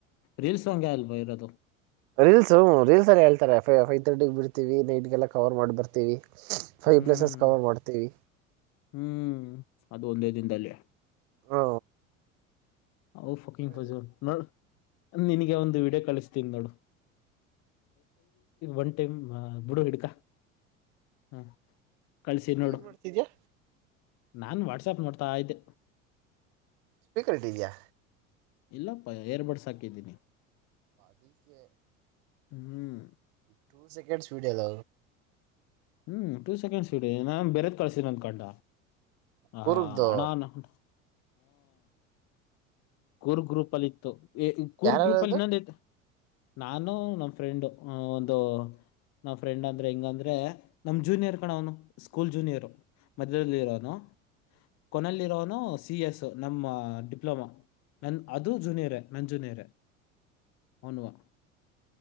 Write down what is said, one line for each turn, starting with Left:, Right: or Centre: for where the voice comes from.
Left: ರೀಲ್ ಸ ಸಾಂಗಲ್ ಬರ
Right: ರೀಲ್ಸ್ ರೀಲ್ಸ್ ಎಲ್ಲ ಹೇಳ್ತಾರೆ ಫೈವ್ ತರ್ಟಿಿಗೆ ಬಿರ್ತೀವಿ ನೈಟ್ಗೆಲ್ಲ ಕವರ್ ಮಾಡಿ ಬರ್ತೀವಿ ಫೈವ್
Left: ಹ್ಮ್
Right: ಪ್ಲೇಸಸ್ ಕವರ್ ಮಾಡ್ತೀವಿ
Left: ಹ್ಮ್ ಅದು ಒಂದೇ ದಿನದಲ್ಲಿಯ
Right: ಹ
Left: ಹ ಫಕಿಂಗ್ ಫಜೂ ನೋ ನಿನಗೆ ಒಂದು ವಿಡಿಯೋ ಕಳಿಸ್ತೀನ್ ನೋಡು ಒನ್ ಟೈಮ್ ಬುಡು ಹಿಡ್ಕ ಹ ಕಳ್ಸಿ ನೋಡು
Right: ಏನ್ ಮಾಡ್ತಿದ್ಯಾ
Left: ನಾನ್ ವಾಟ್ಸಪ್ ನೋಡ್ತಾ ಇದೆ
Right: ಸ್ಪೀಕರ್ ಇಟ್ಟಿದಿಯಾ
Left: ಇಲ್ಲ ಪ ಏರ್ಬಡ್ಸಾಕಿದ್ದೀನಿ
Right: ಅದಕ್ಕೆ
Left: ಹ್ಮ್
Right: ಟೂ ಸೆಕಂಡ್ ಸ್ ವೀಡಲ್ಲ
Left: ಹ್ಮ್ ಟೂ ಸೆಕೆಂಡ್ಸ್ ಬಿಡಿ ನಾನ್ ಬೇರೆದ್ ಕಳ್ಸ ಬಂದ್ ಕಂಡ
Right: ಕೂರ್ಗ್ದು
Left: ಹಾ ಹಣಾನ ಹ್ಮ ಕೂರ್ ಗ್ರೂಪ್ ಅಲ್ಲಿ ಇತ್ತು ಕೂರ್
Right: ಯಾರಾರದು
Left: ಗ್ರೂಪ ಅಲ್ಲಿ ಇನ್ನೊಂದೈತ ನಾನು ನಮ್ಮ್ ಫ್ರೆಂಡ್ ಒಂದು ನಾವ್ ಫ್ರೆಂಡ್ ಅಂದ್ರೆ ಹೆಂಗ ಅಂದ್ರೆ ನಮ ಜೂನಿಯರ್ ಕಣ ಅವನು ಸ್ಕೂಲ್ ಜೂನಿಯರ್ ಮಧ್ಯದಲ್ಲಿ ಇರೋವನು ಕೊನೆಯಲ್ಲಿರೋನು ಸಿ ಎ ಎಸ್ ನಮ್ಮ ಡಿಪ್ಲೊಮಾ ನನ್ ಅದು ಜುನಿಯರೆ ನನ್ ಜುನಿಯರೆ ಅವನುವಾ